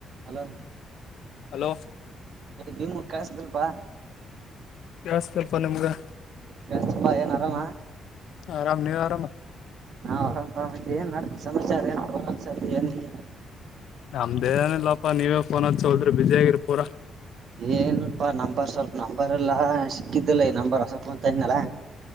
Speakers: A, on the right; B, on the left.
A: Hello
B: hello
A: Bhima ಕಾಯಸ್ದಲ್ಪಾ
B: ಕೇಳಿಸ್ತಪ್ಪ ನಿಮಗೆ
A: ಕಸ್ತಿಪಾ ಏನ್ ಆರಾಮಾ
B: ಆರಾಮ ನೀ ಆರಾಮ
A: ಹಾ ಆರಾಮರಪ ಮತ್ತೆ ಏನ್ ನಡೆದ ಸಮಾಚಾರ ಸರಿನ ಎಲ್ಲಿ
B: ನಮ್ದೇ ಏನಿಲ್ಲಪ್ಪ ನೀವೇ ಫೋನ್ ಅಚ್ಚವಲ್ರಿ ಬಿಜಿ ಆಗಿರ್ ಪೂರಾ
A: ಏನ್ಲ್ಪ ನಂಬರ್ ಸ್ವಲ್ಪ ನಂಬರ್ ಎಲ್ಲಾ ಸಿಕ್ಕಿದ್ದಲ್ಲ ಈ ನಂಬರ್ ಹೊಸ ಫೋನ್ ತಂದಿನಲ್ಲ